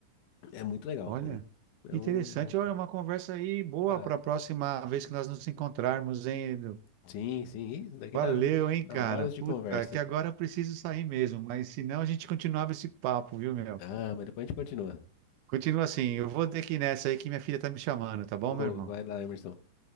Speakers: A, on the left; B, on the right.
A: É muito legal,
B: Olha.
A: cara. É
B: Interessante.
A: um
B: Olha, uma conversa aí boa
A: barato.
B: para a próxima vez que nós nos encontrarmos, hein? Edu?
A: Sim, sim. Isso daqui
B: Valeu,
A: dá,
B: hein,
A: dá
B: cara?
A: horas
B: Puta,
A: de conversa.
B: que agora eu preciso sair mesmo, mas senão a gente continuava esse papo, viu, meu?
A: Ah, mas depois a gente continua.
B: Continua assim. Eu vou ter que ir nessa aí que minha filha tá me chamando, tá bom,
A: Ô,
B: meu irmão?
A: vai lá, Emerson.